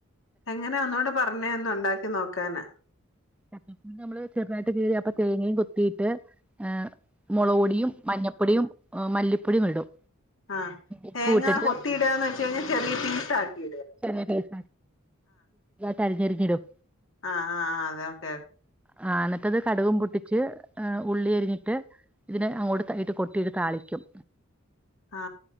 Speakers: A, on the left; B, in the centre.
A: എങ്ങനാ ഒന്നോട് പറഞ്ഞേ ഒന്ന് ഉണ്ടാക്കി നോക്കാനാ
B: ചക്കപ്പ നമ്മള് ചെറുതായിട്ട് വീഴ അപ്പ തേങ്ങയും കൊത്തിട്ട് ഏ് മുളക് പൊടിയും മഞ്ഞപ്പൊടിയും ആ മല്ലിപ്പൊടി ഇടും
A: ആഹ്
B: ഉപ്പും
A: തേങ്ങ
B: ഇട്ടിട്ട്
A: കൊത്തിടാന്ന് വെച്ച കഴിഞ്ഞാൽ ചെറിയ പീസ ആാക്കി
B: പൈസ തതിരഞ്ഞെറിഞ്ഞിടും
A: ആഹ ആഹ അതെ ഓക്കെ ഓക്കെ
B: ആ അനത്തത് കടുുകും പൊട്ടിച്ച് ഉള്ളി എരിഞ്ഞിട്ട് ഇതിനെ അങ്ങോട്ട് ഇട്ട് കൊട്ടിയിട്ട് താളിക്കും
A: ആ